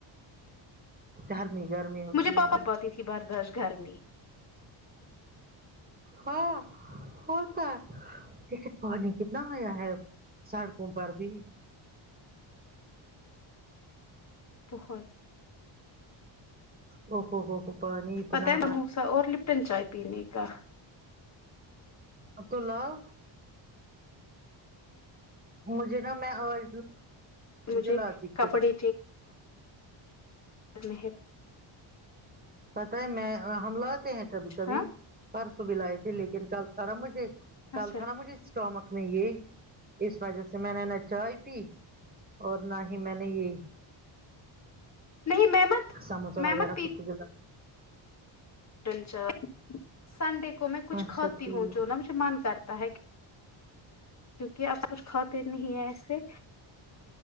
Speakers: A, on the right (about 20°); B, on the left (about 35°).
A: گرمی گرمی ہوتی
B: مجھے
A: ہے
B: پاپا
A: نا
B: پاتی تھی بردش گھر میں
A: ہاں ہوتا ہے لیکن پانی کتنا نیا ہے سڑکوں پر بھی
B: بہت
A: او ہوو ہو ہو پانی اتنا
B: پتہ ہے مموسا
A: بار
B: اور لپٹن چائے پینے کا
A: اب تو لاؤ مجھے نا میں آج
B: مجھے
A: دلاتی خود
B: کپڑے <unintelligible> میں
A: پتہ ہے میں ہم لاتے ہیں کبھی کبھی
B: ہاں
A: پرس بھی لائے تھے لیکن کل سارا مجھے کل
B: اچھا
A: تھا نا مجھے اسٹامک نہیں یہئی اس وجہ سے میں نے نا چائے پی اور نہ ہی میں نے یہ
B: نہیں میں مت
A: سموسا
B: میں
A: وغیرہ
B: مت
A: کچھ بھی لا
B: ک <unintelligible> سنڈے کو میں کچھ
A: اچھا
B: کھاتی
A: ٹھیک
B: ہوں جو نا مجھے مان کرتا ہے کیکہ آپ کچھ کھاتے نہیں ہیں ایسے